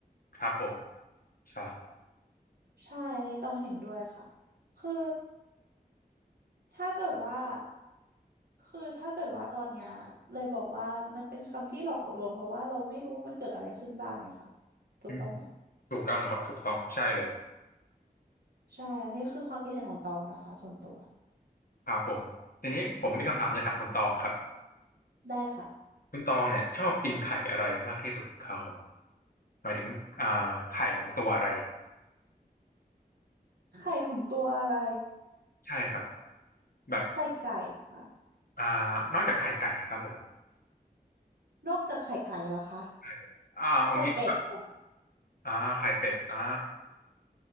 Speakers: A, on the left; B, on the right.
A: ครับผมใช่
B: ใช่อันนี้ต้องเห็นด้วยค่ะ คือถ้าเกิดว่าคือถ้าเกิดว่าตอนเนี้ยเลยบอกว่ามันเป็นคำที่หลอกลวงเพราะว่าเราไม่รู้ว่ามันเกิดอะไรขึ้นบ้างไงค่ะถูกต้องไหม
A: อืมถูกต้องครับถูกต้องใช่เลย
B: ใช่อันนี้คือความคิดเห็นของตองนะคะส่วนตัว
A: ครับผมทีนี้ผมมีคำถามจะถามคุณตองครับ
B: ได้ค่ะ
A: คุณตองเนี่ยชอบกินไข่อะไรมากที่สุดครับผมหมายถึงอ่าไข่ของตัวอะไร
B: ไข่ของตัวอะไร
A: ใช่ครับแบบ
B: ไข่ไก่ค่ะ
A: อ่านอกจากไข่ไก่ครับผม
B: นอกจากไข่ไก่แล้วคะ
A: ใช่อ่าเอางี้ครับ
B: ไข่เป็ดค่ะ
A: อ่าไข่เป็ดอ่า